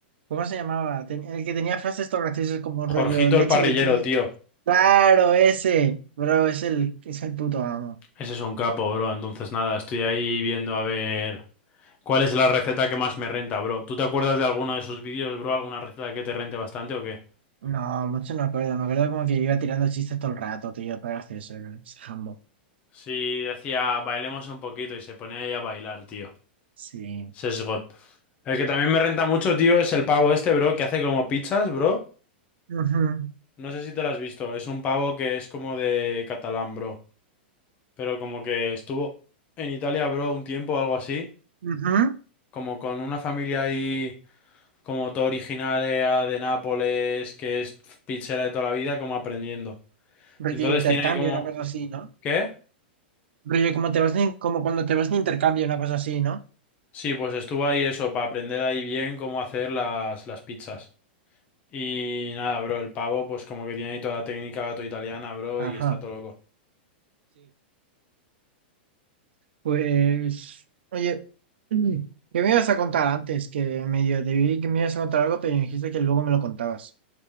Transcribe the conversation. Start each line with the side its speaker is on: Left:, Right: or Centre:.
Right: ¿Cómo se llamaba? Ten- el que tenía frases todo graciosas como rollo
Left: Jorgito
Right: leche
Left: el parrillero,
Right: de ti.
Left: tío.
Right: Claro, ese. Bro, es el, es el puto amo.
Left: Ese es un capo, bro. Entonces nada, estoy ahí viendo a ver cuál es la receta que más me renta, bro. ¿Tú te acuerdas de alguno de sus vídeos, bro? ¿Alguna receta que te rente bastante o qué?
Right: No, mucho no me acuerdo. Me acuerdo como que iba tirando chistes todo el rato, tío. Todo gracioso, era ese jambo.
Left: Sí, decía, bailemos un poquito y se ponía ahí a bailar, tío.
Right: Sí.
Left: Sesgot. El que también me renta mucho, tío, es el pavo este, bro, que hace como pizzas, bro.
Right: Ujú,
Left: No sé si te lo has visto. Es un pavo que es como de catalán, bro. Pero como que estuvo en Italia, bro, un tiempo o algo así.
Right: ujú.
Left: Como con una familia ahí, como todo originaria de Nápoles, que es pizzera de toda la vida, como aprendiendo.
Right: Rollo
Left: Entonces
Right: intercambio,
Left: tiene ahí como...
Right: una cosa así, ¿no?
Left: ¿Qué?
Right: Rollo como te vas de in- como cuando te vas de intercambio, una cosa así, ¿no?
Left: Sí, pues estuvo ahí eso, para aprender ahí bien cómo hacer las, las pizzas. Y nada, bro, el pavo, pues como que tiene ahí toda la técnica todo italiana, bro,
Right: Ajá.
Left: y está todo loco.
Right: Pues, oye, mm, ¿qué me ibas a contar antes? Que medio te vi que me ibas a contar algo, pero dijiste que luego me lo contabas.